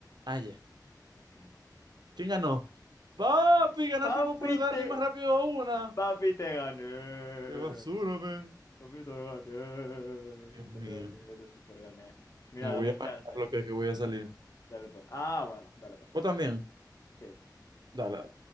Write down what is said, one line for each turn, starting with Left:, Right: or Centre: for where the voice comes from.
Right: Ah, ya.
Left: Ok.
Right: ¿Quién ganó? Papi, ganaste
Left: Papi
Right: vos por darle
Left: te,
Right: más rápido a una.
Left: papi te gané.
Right: Qué basura, ven.
Left: Papi te gané.
Right: Dios mío.
Left: Te gané, te super gané. Mira,
Right: Me voy
Left: dame
Right: a
Left: un chance.
Right: bañar lo que, que voy a salir.
Left: Dale pues. Ah, bueno, dale pues.
Right: ¿Vos también?
Left: Sí, sí.
Right: dale.